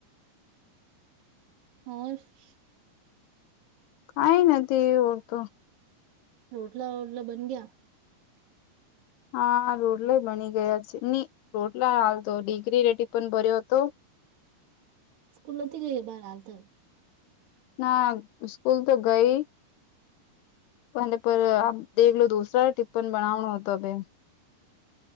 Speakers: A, on the right; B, on the left.
A: હ
B: કઈ ના તે ઓળત
A: રોટલા ઓોટલા બન ગયા
B: હા રોટલાય બની ગયા છે હી રોટલા હાલ તો ડડીગરી રેટી પણ ભર્યો હતો
A: સ્કૂલ નથીથી ગઈએ બાર હાલ તો
B: ના સ્કૂલ તો ગઈ પણ દેખલો દોસરા ટિપપન બનાવણ હતો હવે